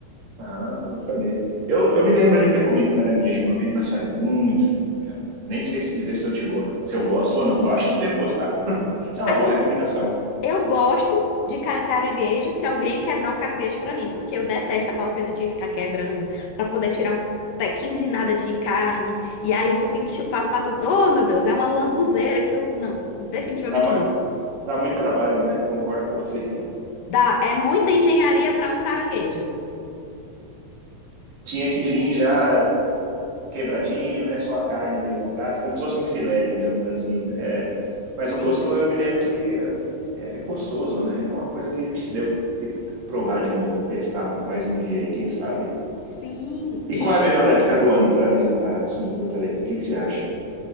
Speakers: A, on the right (about 70°); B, on the left (about 70°).
A: Ah, bom saber. Eu, eu me lembro de ter comido caranguejo uma vez, mas faz muito tempo já. Nem sei se dizer se eu, te go... se eu gosto ou não. Eu acho que devo gostar. <laughs> É uma
B: Assim.
A: boa recomendação.
B: Eu gosto de ca- caranguejo se alguém quebrar o caranguejo pra mim, porque eu detesto aquela coisa de ficar quebrando pra poder tirar um tequinho de nada de carne. E aí você tem que chupar pra tudo. Oh, meu Deus, é uma lambuzeira que eu. Não, definitivamente
A: Dá uma...
B: não.
A: dá muito trabalho, né? Concordo com você.
B: Dá, é muita engenharia pra um caranguejo.
A: Tinha que vir já quebradinho, né? Só a carne ali no prato, como se fosse um filé, digamos assim, né? É. Mas
B: Sim,
A: o gosto, eu me lembro que é é gostoso, né? É uma coisa que devo ter que provar de novo, testar um- mais um dia aí, quem sabe.
B: sim.
A: E
B: E
A: qual é a melhor época do ano para visitar, assim, Fortaleza? O que que você acha?